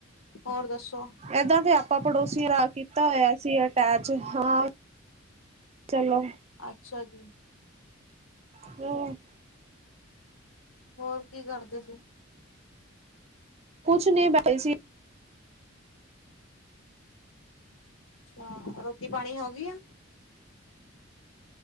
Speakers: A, on the left; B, on the right.
A: ਹੋਰ ਦਸੋ?
B: ਏਦਾਂ ਦੇ ਆਪਾਂ ਪੜੋਸ ਤੁਸੀ ਰਾ ਕੀਤਾ ਹੋਇਆ ਸੀ ਅਟੈਚ, ਹਾਂ ਚਲੋ।
A: ਅੱਛਾ ਜੀ।
B: <unintelligible>
A: ਹੋਰ ਕੀ ਕਰਦੇ ਸੀ?
B: ਕੁਛ ਨੀ ਬਠੇ ਸੀ।
A: ਹਾਂ ਤੇ ਰੋਟੀ ਪਾਣੀਯਾ ਹੋਗੀ ਯਾ।